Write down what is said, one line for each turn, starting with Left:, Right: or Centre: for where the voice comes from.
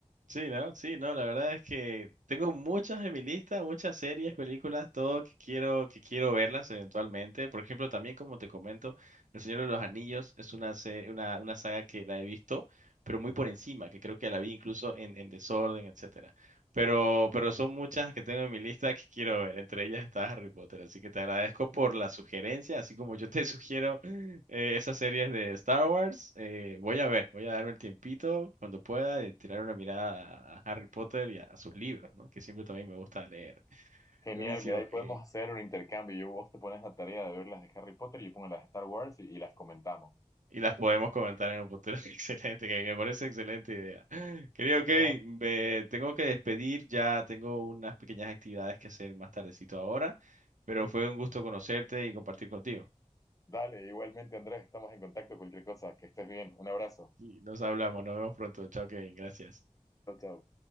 Right: Sí, ¿no? Sí, no, la verdad es que tengo muchas en mi lista, muchas series, películas, todo que quiero, que quiero verlas eventualmente. Por ejemplo, también como te comento, El Señor de los Anillos es una, se- una, una saga que la he visto, pero muy por encima, que creo que la vi incluso en, en desorden, etcétera. Pero, pero son muchas que tengo en mi lista que quiero ver. Entre ellas está Harry Potter, así que te agradezco por la sugerencia, así como yo te <laughs> sugiero eh, esas series de Star Wars. eh, voy a ver, voy a darme el tiempito cuando pueda de tirar una mirada a Harry Potter y a, a sus libros, ¿no? Que siempre también me gusta leer.
Left: Genial,
Right: Buenísimo.
Left: mira, ahí podemos
Right: eh,
Left: hacer un intercambio. Yo, vos te pones la tarea de ver las de Harry Potter, yo pongo las de Star Wars y, y las comentamos.
Right: y las podemos comentar en un futuro. <laughs> Excelente, que Me parece excelente idea. Querido
Left: Genial.
Right: Kevin, me tengo que despedir. Ya tengo unas pequeñas actividades que hacer más tardecito ahora. Pero fue un gusto conocerte y compartir contigo.
Left: Dale, igualmente Andrés, estamos en contacto, cualquier cosa, que estés bien, un abrazo,
Right: Y nos hablamos, nos vemos pronto. Chao, Kevin. Gracias.
Left: chao, chao.